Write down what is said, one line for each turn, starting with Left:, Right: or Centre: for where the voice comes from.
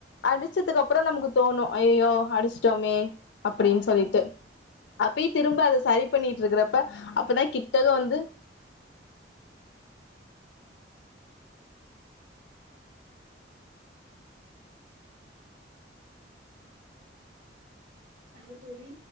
Left: அடிச்சிதுக் அப்ற நமுக்கு தோணு ஐயயோ அடிச்ட்டோமே அப்புடின்
Right: பாவமே
Left: சொல்லிட்டு அப்பியி திரும்ப அத சரி பண்ணிட் இருக்குறப்ப அப்பதா கிட்டக வந்து
Right: ஹலோ தோழி